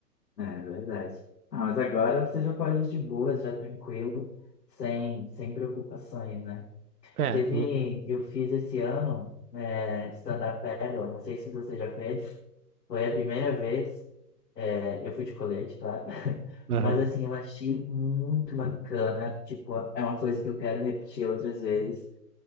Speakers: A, on the left (about 80°); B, on the right (about 65°).
A: É é verdade. Ah, mas agora você já pode ir de boas, já tranquilo, sem, sem preocupações, né?
B: É,
A: Teve,
B: nu-
A: eu fiz esse ano é, stand-up paddle, não sei se você já fez, foi a primeira vez, é, eu fui de colete, claro, <laughs>
B: aham.
A: mas assim, eu achei muito bacana, tipo, é uma coisa que eu quero repetir outras vezes,